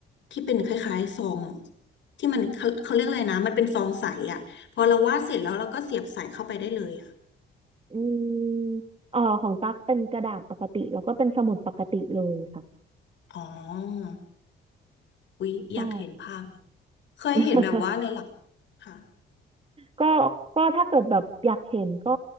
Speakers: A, on the left (about 65°); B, on the right (about 30°).
A: ที่เป็นคล้ายๆซองที่มันเขาเขาเรียกอะไรนะมันเป็นซองใสอะพอเราวาดเสร็จแล้วเราก็เสียบใส่เข้าไปได้เลยอะ
B: อืมอ๋อของตั๊กเป็นกระดาษปกติแล้วก็เป็นสมุดปกติเลยค่ะ
A: อ๋ออุ๊ยอยากเห็นภาพเลย
B: ใช่
A: เคยเห็นแบบว่าเลยเหรอ
B: <laughs>
A: ค่ะ
B: ก็ก็ถ้าเกิดแบบอยากเห็นก็